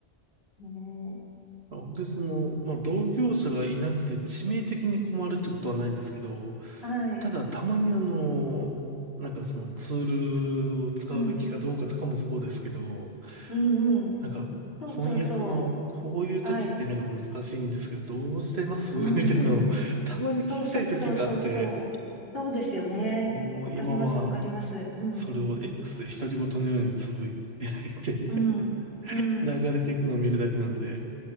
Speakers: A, on the left (about 65°); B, on the right (about 75°).
A: ねえ
B: 本当にその、まあ、同業者がいなくて致命的に困るってことはないんですけど、
A: はい。
B: ただ、たまにあの、なんかそのツールを使うべきかどうかとかもそうですけど、
A: うん。うんうん。
B: なんか翻訳のこういう時ってなんか難しいんですけど、
A: そうそうそう。はい。
B: どうしてます
A: うんうん。
B: <laughs> みたいなのをたまに聞きたい時があって、
A: そうそうそうそうそう。そうですよね。
B: もう今は
A: わかります、わかります。うん。
B: それを X で独り言のようにつぶやいて
A: うん。
B: <laughs>
A: うん。
B: 流れていくのを見るだけなんで、